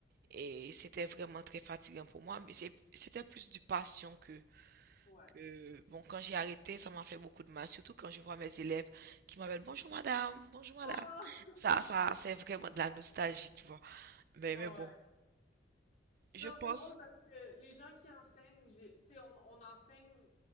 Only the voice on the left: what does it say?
ouais.
Ah!
Ah,
ouais.
Non,
c'est drôle parce que les gens qui enseignent, j'ai- tu sais, on, on enseigne,